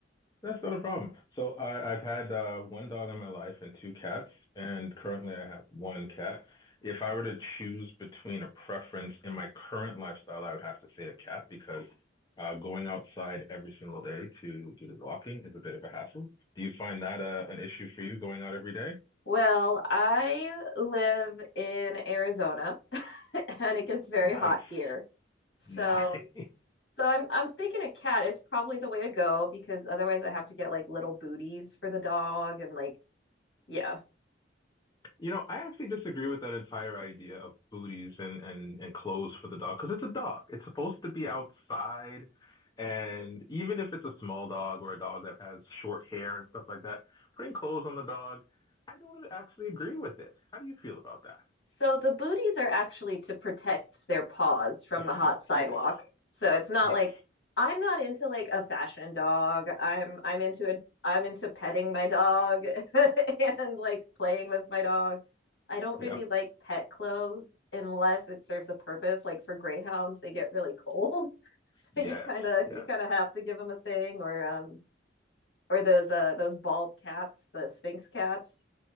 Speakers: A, on the left; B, on the left.
A: That's not a problem. So I, I've had uh, one dog in my life and two cats, and currently I have one cat. If I were to choose between a preference in my current lifestyle, I would have to say a cat because uh, going outside every single day to do the walking is a bit of a hassle. Do you find that uh, an issue for you going out every day?
B: Well, I live in Arizona <laughs> and it gets very
A: Nice.
B: hot here.
A: <laughs> Nice.
B: So So I'm I'm thinking a cat is probably the way to go because otherwise I have to get like little booties for the dog and like yeah.
A: You know, I actually disagree with that entire idea of booties and and and clothes for the dog because it's a dog. It's supposed to be outside, and even if it's a small dog or a dog that has short hair and stuff like that, putting clothes on the dog, I don't actually agree with this. How do you feel about that?
B: So the booties are actually to protect their paws from
A: The
B: the hot
A: feet.
B: sidewalk.
A: Yes.
B: So it's not
A: Yes.
B: like I'm not into like a fashion dog. I'm I'm into a I'm into petting my dog <laughs> and like playing with my dog. I don't
A: Yep.
B: really like pet clothes unless it serves a purpose. Like for greyhounds, they get really cold. <laughs> So
A: Yes.
B: you kind of
A: Yes.
B: you kind of have to give them a thing or um or those uh those bald cats, the Sphinx cats.